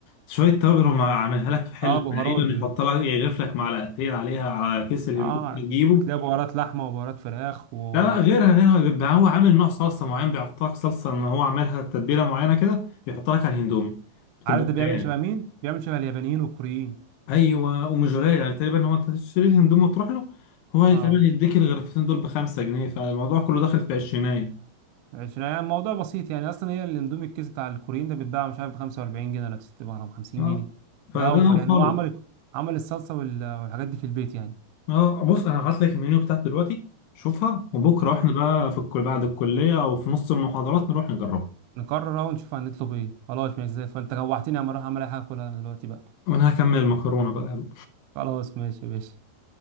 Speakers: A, on the left; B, on the right.
A: شوية توابل وما عاملها لك في حل
B: اه بهارات
A: تقريبا
B: دي
A: يحط لك يغرف لك معلقتين عليها على كيس الهندومي
B: اه
A: اللي تجيبه
B: هتلاقي بهارات لحمه وبهارات فراخ وعارف
A: لا لا غيرها غيرها بيبقى هو عامل نوع صلصة معين بيحط لك صلصة إن هو عاملها تتبيلة معينة كده بيحط لك على الهندومي بتبقى
B: ده بيعمل
A: خيال.
B: شبه مين بيعمل شبه اليابانيين والكوريين
A: ايوه ومش غالي يعني تقريبا هو انت تشتري الهندوم وتروح له هو
B: اه
A: تقريبا يديك الغرفتين دول بخمسة جنيه فالموضوع كله داخل في عشرينية
B: عشان يعني الموضوع بسيط يعني اصلا هي الاندومي الكيس بتاع الكوريين ده بيتباع مش عارف ب 45 جنيه ولا ب 60 ولا ب 50
A: اه
B: جنيه
A: فده
B: ده اوفر
A: انا اوفر
B: يعني هو عمل
A: لك
B: عمل الصلصه وال- والحاجات دي في البيت
A: اه بص انا هبعت لك المنيو بتاعت دلوقتي شوفها وبكره
B: يعني
A: احنا بقى في الكل بعد الكلية او في نص المحاضرات نروح نجربها
B: نقرر اهو نشوف هنطلب ايه خلاص ماشي زي الفل. فانت جوعتني اما اروح اعمل اي حاجه كلها انا دلوقتي بقى
A: وانا هكمل المكرونة بقى
B: خلاص ماشي يا باشا